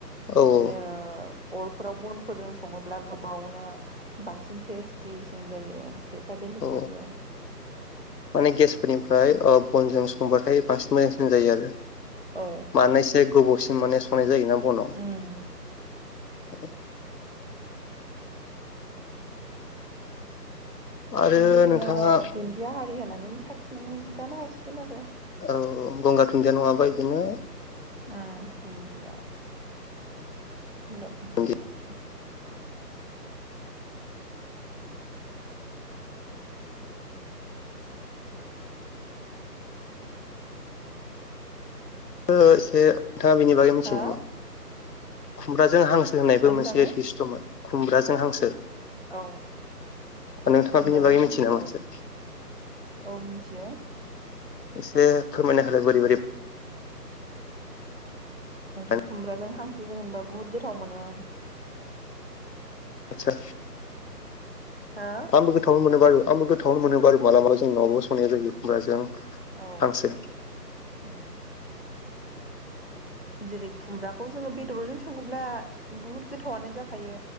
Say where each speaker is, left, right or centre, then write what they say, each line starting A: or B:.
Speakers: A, on the left (about 75°); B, on the left (about 40°).
A: औ
B: बिदिनो
A: औ
B: अरफोराव बनफोरजों सङोब्ला गोबावनो बांसिन टेस्टिसिन जायो टेस्टआ बेलेग
A: औ
B: जायो।
A: माने गेसफोरनिफ्राय ओ बनजों संबाथाय बांसिन मोजांसि जायो आरो
B: औ
A: माने एसे गोबावसिन माने संनाय जायोना बनाव।
B: उम
A: <unintelligible> आरो
B: बेनिफ्राय जोङो
A: नोंथाङा
B: दुन्दिया हारि होनानै साखिनानै जानो हासिगोन आरो।
A: औ-औ गंगार दुुनदिया नङाबा इदिनो।
B: उम दुनदिया। <unintelligible>
A: दुन्दिया एसे नोंथाङा बिनि बागै मिथियो
B: हो
A: नामा खुमब्राजों हांस होनायबो
B: मानि
A: मोनसे
B: बागै
A: दिस्थ' दंमोन खुमब्राजों हांसो।
B: औ।
A: नोंथाङा
B: खुमब्राजों
A: बेनि बागै
B: हांसो
A: मथियो नामा एसे।
B: औ मिथियो
A: एसे फोरमायना होलाय बोरै-बोरै
B: जोंथ'
A: बानायनाय
B: खुमब्राजों हांसोजों होनबा बुहुद गोथाव मोनो आं।
A: आदचा।
B: हो
A: आंबो गोथावानो मोनो बारु आंबो गोथावानो मोनो बारु मालाबा मालाबा जों नआवबो संनाय जायो खुमब्राजों।
B: औ
A: हांसो
B: उम। जेरै- खुमब्राखौ जोङो बेदरजों सङोब्ला बुहुद गोथावानो जाखायो।